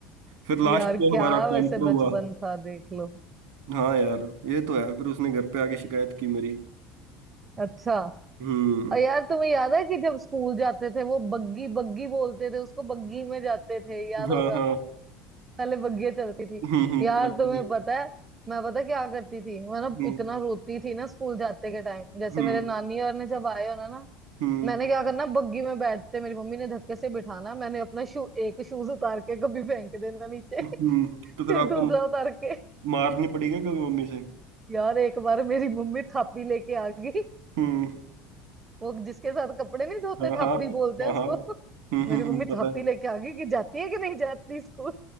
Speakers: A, on the right; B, on the right.
A: <laughs>
B: फिर लास्ट
A: यार
B: में
A: क्या
B: हमारा काउंटर
A: वैसे
B: हुआ
A: बचपन था देख लो
B: हाँ यार ये तो है फिर उसने घर पे आके शिकायत की मेरी
A: अच्छा
B: हम्म
A: और यार तुम्हें याद है कि जब स्कूल जाते थे वो बग्गी बग्गी बोलते थे उसको बग्गी में जाते थे याद
B: हाँ
A: होगा
B: हाँ
A: पहले बग्गियां चलती थी
B: हम्म हम्म
A: यार
B: पहले
A: तुम्हें
B: हम्म
A: पता है मैं पता क्या करती थी मैं ना
B: हम्म
A: इतना रोती थी ना स्कूल जाते के टाइम जैसे
B: हम्म
A: मेरे नानी और ने जब आए होना ना ना,
B: हम्म
A: मैंने क्या करना बग्गी में बैठते मेरी मम्मी ने धक्के से बिठाना मैंने अपना शू एक शूज उतार के कभी फेंक देना नीचे
B: हम्म
A: <laughs>
B: तो फिर
A: फिर
B: आपको
A: दूसरा उतार के
B: मारनी पड़ी क्या कभी मम्मी से
A: यार एक बार मेरी मम्मी थापी लेके आ गई
B: हम्म
A: वो जिसके साथ कपड़े नहीं धोते
B: हाँ
A: थापी
B: हाँ हाँ
A: बोलते हैं उसको
B: हाँ
A: <laughs>
B: हम्म हम्म
A: मेरी मम्मी
B: हम्म, पता
A: थापी
B: है
A: लेके आ गई कि जाती है कि नहीं जाती स्कूल